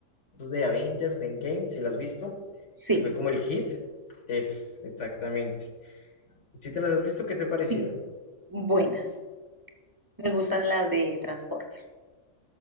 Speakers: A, on the left; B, on the right.
A: de Avengers, de Endgame, si las has visto,
B: Sí,
A: que fue como el hit, es exactamente. Si te las has visto, ¿qué te parecieron?
B: sí. Buenas. Me gustan las de Transformers.